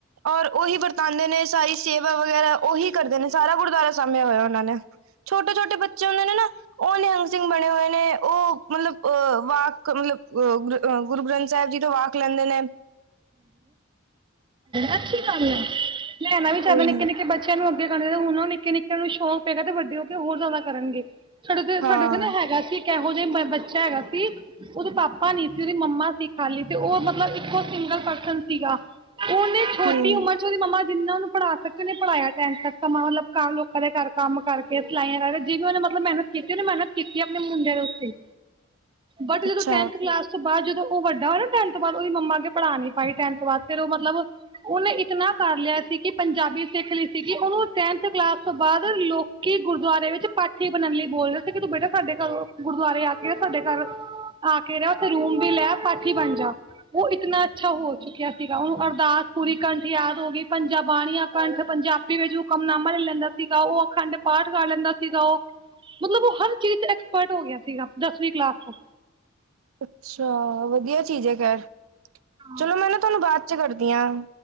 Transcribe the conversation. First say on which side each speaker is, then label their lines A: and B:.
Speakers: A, on the right (about 75°); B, on the right (about 25°).
A: ਔਰ ਉਹੀ ਵਰਤਾਂਉਂਦੇ ਨੇ ਸਾਰੀ ਸੇਵਾ ਵਗੈਰਾ ਉਹੀ ਕਰਦੇ ਨੇ ਸਾਰਾ ਗੁਰਦੁਆਰਾ ਸਾਭਿਆ ਹੋਇਆ ਉਹਨਾ ਨੇ। ਛੋਟੇ-ਛੋਟੇ ਬੱਚੇ ਵਾਲੇ ਨੇ ਨਾ ਉਹ ਨਿਹੰਗ ਸਿੰਘ ਬਣੇ ਹੋਏ ਨੇ ਉਹ ਮਤਲਬ ਅਹ ਵਾਕ ਮਤਲਬ ਅ ਗੁਰੂ ਗ੍ਰੰਥ ਸਾਹਿਬ ਜੀ ਤੋਂ ਵਾਕ ਲੈਂਦੇ ਨੇ
B: ਅੱਛੀ ਗੱਲ ਐ ਲੈਣਾ ਵੀ ਚਾਹੁੰਦਾ
A: ਉਹੀ
B: ਨਿੱਕੇ-ਨਿੱਕੇ ਬੱ ਬੱਚਿਆਂ ਨੂੰ ਅੱਗੇ ਕਰਨ ਹੁਣ ਨਿੱਕੇ ਨਿੱਕੇਆਂ ਨੂੰ ਸ਼ੌਕ ਪਏਗਾ ਤੇ ਵੱਡੇ ਹੋ ਕੇ ਹੋਰ ਜਾਦਾ ਕਰਨਗੇ। ਸਾਡੇ ਉਥੇ
A: ਹਾਂ
B: ਸਾਡੇ ਉਥੇ ਨਾ ਹੈਗਾ ਸੀ। ਇੱਕ ਇਹੋ ਜਿਹਾ ਬੱਚਾ ਹੈਗਾ ਸੀ ਉਹਦੇ ਪਾਪਾ ਨਈ ਸੀ ਉਹਦੀ ਮੰਮਾ ਸੀ ਖਾਲੀ ਤੇ ਉਹ ਮਤਲਬ ਇੱਕੋ ਸਿੰਗਲ ਪਰਸਨ ਸੀਗਾ ਉਹਨੇ ਛੋਟੀ
A: ਹਮ
B: ਉਮਰ ਉਹਦੀ ਮੰਮਾ ਜਿੰਨਾ ਉਹਨੂੰ ਪੜ੍ਹਾ ਸਕੇ ਉਹੇ ਪੜ੍ਹਾਇਆ ਟੈਨਥ ਤੱਕ ਮਤਲਬ ਲੋਕਾ ਦੇ ਘਰ ਕੰਮ ਕਰਕੇ ਸਲਾਈਆਂ ਕਰ ਜਿਵੇ ਵੀ ਉਹਨੇ ਮਤਲਬ ਮਿਹਨਤ ਕੀਤੀ ਉਹਨੇ, ਮਿਹਨਤ ਕੀਤੀ ਆਪਣੇ ਮੁੰਡੇ ਦੇ ਉੱਤੇ। ਬਟ ਜਦੋਂ
A: ਅੱਛਾ
B: ਟੈਂਨਥ ਕਲਾਸ ਤੋਂ ਬਾਦ ਜਦੋਂ ਉਹ ਵੱਡਾ ਹੋਇਆ ਨਾ ਟੈਨਥ ਤੋਂ ਬਾਦ ਉਹਦੀ ਮੰਮਾ ਪੜਾ ਨਈ ਪਾਈ ਟੈਨਥ ਬਾਦ ਫਿਰ ਉਹ ਮਤਲਬ ਉਹਨੇ ਇਤਨਾ ਕਰ ਲਿਆ ਸੀ ਕਿ ਪੰਜਾਬੀ ਸਿੱਖ ਲਈ ਸੀਗੀ ਉਹਨੂੰ ਟੈਨਥ ਕਲਾਸ ਤੋਂ ਬਾਦ ਲੋ ਕਿ ਗੁਰਦੁਆਰੇ ਵਿੱਚ ਪਾਠੀ ਬਣਨ ਲਈ ਬੋਲਦੇ ਸੀ ਕਿ ਤੂੰ ਬੇਟਾ ਸਾਡੇ ਘਰ ਗੁਰਦੁਆਰੇ ਆ ਕੇ ਸਾਡੇ ਘਰ ਆ ਕੇ ਰਿਹਾ ਉੱਥੇ ਰੂਮ ਵੀ ਲੈ ਪਾਠੀ ਬਣ ਜਾ ਉਹ ਇਤਨਾ ਅੱਛਾ ਹੋ ਚੁੱਕਿਆ ਸੀਗਾ ਉਹਨੂੰ ਅਰਦਾਸ ਪੂਰੀ ਕੰਠ ਯਾਦ ਹੋ ਗਈ ਪੰਜ ਬਾਣੀਆਂ ਕੰਠ ਪੰਜਾਬ ਫਿਰ ਜੋ ਹੁਕਮਨਾਮਾ ਲੈ ਲੈਂਦਾ ਸੀਗਾ ਉਹ, ਅਖੰਡ ਪਾਠ ਕਰ ਲੈਂਦਾ ਸੀਗਾ ਉਹ। ਮਤਲਬ ਉਹ ਹਰ ਚੀਜ਼ ਐਕਸਪਰਟ ਹੋ ਗਿਆ ਸੀਗਾ ਦਸਵੀਂ ਕਲਾਸ ਤੋ।
A: ਅੱਛਾ ਵਧੀਆ ਚੀਜ਼ ਹੈ ਖੈਰ
B: ਹਾਂ
A: ਚਲੋ ਮੈਂ ਨਾ ਤੁਹਾਨੂੰ ਬਾਦ ਚ ਕਰਦੀ ਹਾਂ।